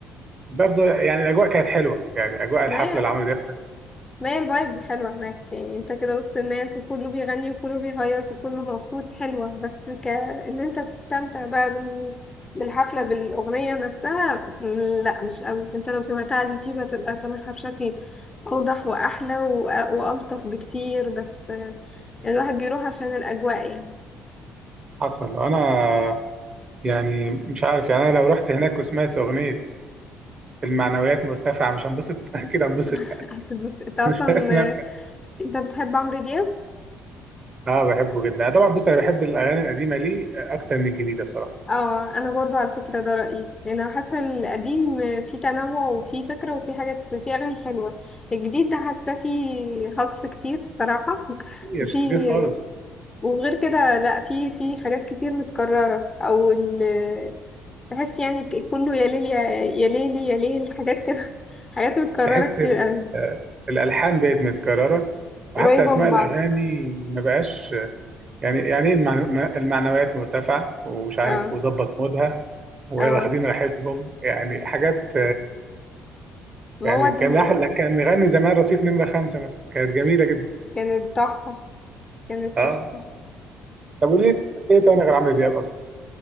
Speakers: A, on the right; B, on the left.
A: برضو يعني الاجواء كانت حلوه يعني اجواء الحفله
B: ما هي
A: لعمرو دياب
B: ما هي الفايبز حلوة هناك يعني انت كده وسط الناس وكله بيغني وكله بيهيص وكله مبسوط حلوة بس ك ان انت تستمتع بقى بال... بالحفلة بالأغنية نفسها م- لا مش قوي انت لو سمعتها على اليوتيوب هتبقى سامعها بشكل أوضح وأحلى و... وألطف بكتير بس آه، الواحد بيروح عشان الأجواء يعني
A: حصل انا يعني مش عارف يعني انا لو رحت هناك وسمعت اغنيه المعنويات مرتفعه مش هنبسط <laughs> اكيد هنبسط
B: <laughs>
A: يعني
B: هتتبسط انت أصلا
A: <laughs> اسمع
B: آه، انت بتحب عمرو دياب؟
A: اه بحبه جدا أنا طبعا بص انا بحب الاغاني القديمه ليه اكتر من الجديده بصراحه
B: اه انا برضو على فكره ده رايي لان انا حاسه القديم فيه تنوع وفيه فكره وفيه حاجات فيه اغاني حلوه الجديد ده حاسه فيه هجص كتير الصراحه <laughs>
A: كتير
B: وفيه
A: كتير خالص
B: وغير كده لا فيه فيه حاجات كتير متكرره او ال... تحس يعني ك- كله يا ليل يا يا ليل يا ليل حاجات كده <laughs> حاجات متكرره
A: تحس
B: كتير
A: ال-
B: قوي
A: الالحان بقت متكرره
B: قريبه
A: وحتى اسماء
B: من بعض
A: الاغاني ما بقاش يعني يعني ايه المعنو- المعنويات مرتفعه ومش عارف
B: اه
A: وظبط مودها واخدين
B: اه
A: راحتهم يعني حاجات
B: ما
A: يعني
B: هو ده-
A: كان لاحق كان نغني زمان رصيف نمره خمسه مثلا كانت جميله جدا
B: كانت تحفه كانت
A: اه
B: تحفه
A: طب قولي لي ايه تاني غير عمرو دياب اصلا